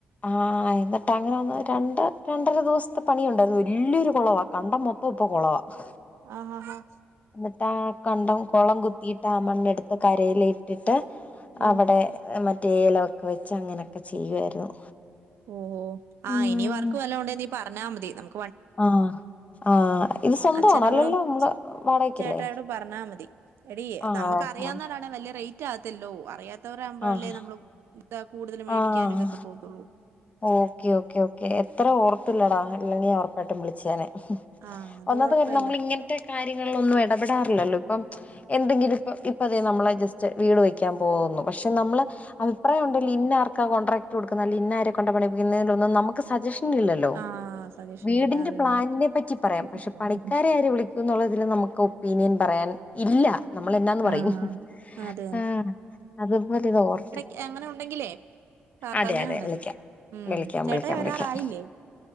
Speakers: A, on the left; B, on the right.
A: ആഹ് എന്നിട്ട് അങ്ങനെ വന്ന രണ്ട രണ്ടര ദിവസത്തെ പണിയ ഉണ്ടായിരുന്നു വലിയൊരു കുളവ കണ്ടം മൊത്തം ഇപ്പ കുളവ ആ <unintelligible>
B: ആഹ് ആഹ് ആഹ്
A: എന്നിട്ടാ കണ്ടം കുളം കുത്തീട്ട് ആ മണ്ണെടുത്ത് കരയിലിട്ടിട്ട്
B: ഉം
A: അവടെ മറ്റേ ഏലൊക്കെ വെച്ച് അങ്ങനെയൊക്കെ ചെയ്യുവായിരുന്നു
B: ഓഹോ ആ
A: ഉം
B: ഇനിയും അവർക്ക് വല്ല ഉണ്ട നീ പറഞ്ഞാൽ മതി നമു
A: ആഹ് ആഹ് ഇത് സ്വന്താണോ
B: അച്ഛനോടും
A: അല്ലല്ലോ നമ്മള് വാടകക്കല്ലേ
B: ചേട്ടായോടും പറഞ്ഞാ മതി എടീ
A: ആഹ്
B: നമുക്ക് അറിയാവുന്നരാണ
A: ആഹ്
B: വല്യ റേറ്റ് ആകത്തില്ലോ അറിയാ തൊറ ആവ്മ്പഴല്ലേ
A: ആഹ്
B: നമ്മള് ഇത കൂട്തല് മേടിക്കാന്
A: ആഹ്
B: ഇതൊക്ക പോത്തുള്ളൂ
A: ഓക്കെ ഓക്കെ ഓക്കെ എത്ര ഓർത്ത്ല്ലടാ ഇല്ലങ്കി ഒറപ്പായ്ട്ടും വിളിച്ചെനെ
B: ആഹ് അത്
A: ഒന്നാത്ത
B: കൊഴപ്പല്ല
A: കാര്യം നമ്മള് ഇങ്ങൻത്ത കാര്യങ്ങൾലൊന്നും എടപെടാറില്ലല്ലോ ഇപ്പം എന്തങ്കിലുംപ്പ ഇപ്പതെ നമ്മളെ ജസ്റ്റ് വീട് വെക്കാം പോവുന്നു പക്ഷെ നമ്മള് അഭിപ്രായം ഉണ്ടെ ലിന്നാർക്ക കോൺട്രക്ട് കൊട്ക്ക്ന്നെ അല്ലെ ഇന്നാരെ കൊണ്ട പണിയ്പ്പിക്കുന്നെനൊന്നും നമ്മക്ക് സജഷ് നില്ലല്ലോ
B: ആഹ് സജഷൻ
A: വീട്ന്റ
B: ഇല്ല അത്
A: പ്ലാൻനെ പറ്റി പറയാം
B: തന്നെ
A: പക്ഷെ പണിക്കാരെ ആര് വിളി ക്കുംന്നൊള്ളതില് നമക്ക് ഒപ്പീനിയൻ പറയാൻ ഇല്ല നമ്മളെന്നാന്ന് പറയും
B: ആഹ് അത്
A: ആഹ് അതുപോലിത് ഓർത്ത്
B: യെ അങ്ങന ഉണ്ടങ്കിലേ പറഞ്ഞാ
A: അതെ അതെ
B: മതി
A: വിളിക്കാം
B: ഉം
A: വിളിക്കാം
B: ചേട്ടായി
A: വിളിക്കാം
B: വരാറായില്ലേ
A: വിളിക്കാം